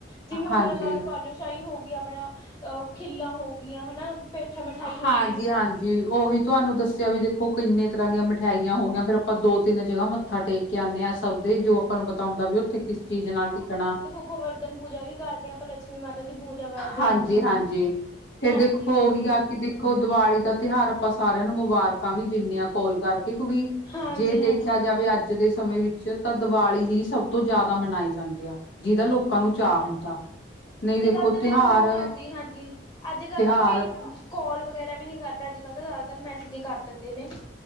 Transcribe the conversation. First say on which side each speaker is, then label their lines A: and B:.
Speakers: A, on the left; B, on the left.
A: ਜਿਵੇਂ ਹੁਣ
B: ਹਾਂਜੀ
A: ਲਗਾਲੋ ਬਾਲੂ ਸ਼ਾਹੀ ਹੋ ਗਈ ਆਪਣਾ ਅ ਖਿੱਲਾਂ ਹੋ ਗਆਂ ਹੈਨਾ, ਪੇਠਾ ਮਿਠਾਈ ਹੋ
B: ਹਾਂਜੀ-ਹਾਂਜੀ,
A: ਗਈ
B: ਓਹੀ ਤੁਆਂਨੂੰ ਦੱਸਿਆ ਵੀ ਦੇਖੋ ਕਿੰਨੇ ਤਰ੍ਹਾਂ ਦੀਆਂ ਮਿਠਾਈਆਂ ਹੋਗਿਆ, ਫੇਰ ਆਪਾਂ ਦੋ ਤਿੰਨ ਜਗ੍ਹਾ ਮੱਥਾ ਟੇਕ ਕੇ ਆਨੇ ਆਂ। ਸਬਦੇ ਜੋ ਆਪਾਂ ਨੂੰ ਪਤਾ ਹੁੰਦਾ ਵੀ ਓਥੇ ਕਿਸ ਚੀਜ਼ ਨਾਲ ਟਿਕਣਾ।
A: ਗੋਵਰਦਨ ਪੂਜਾ ਵੀ ਕਰਦੇ ਆਂ, ਅੱਪਾ ਲਛਮੀ ਮਾਤਾ ਦੀ ਪੂਜਾ ਕਰਦੇ
B: ਹਾਂਜੀ-ਹਾਂਜੀ,
A: ਹਾਂ
B: ਐ
A: ਹਾਂਜੀ
B: ਦੇਖੋ
A: ਹਾਂਜੀ।
B: ਉਹੀ ਆ ਕਿ ਦੇਖੋ ਦੀਵਾਲੀ ਦਾ ਤਿਉਹਾਰ ਆਪਾਂ ਸਾਰਿਆਂ ਨੂੰ ਮੁਬਾਰਕਾਂ ਵੀ ਦਿੰਦਨੇ ਐ ਕੋਲ ਕਰਕੇ, ਕਿਉਂਕਿ
A: ਹਾਂਜੀ
B: ਜੇ
A: ਹਾਂਜੀ।
B: ਦੇਖਿਆ ਜਾਵੇ ਅੱਜ ਅੱਜ ਦੇ ਸਮੇਂ ਵਿੱਚ ਤਾਂ ਦੀਵਾਲੀ ਹੀ ਸਬ ਤੋਂ ਜਾਦਾ ਮਨਾਈ ਜਾਂਦੀਏ। ਜਿਹਦਾ ਲੋਕਾਂ ਨੂੰ ਚਾਅ ਹੁੰਦਾ, ਨਹੀਂ ਦੇਖੋ
A: ਗੱਲ
B: ਤਿਉਹਾਰ
A: ਤਾਂ ਦੇਖੋ ਹਾਂਜੀ-ਹਾਂਜੀ, ਅੱਜ ਕੱਲ
B: ਤਿਉਹਾਰ
A: ਤਾਂ ਕੋਈ ਕੋਲ ਵਗੈਰਾ ਵੀ ਨਈਂ ਕਰਦਾ ਅੱਜ ਕੱਲ੍ਹ ਤਾਂ ਜ਼ਿਆਦਾਤਰ ਮੈਸੇਜ ਹੀ ਕਰ ਦਿੰਦੇ ਨੇ।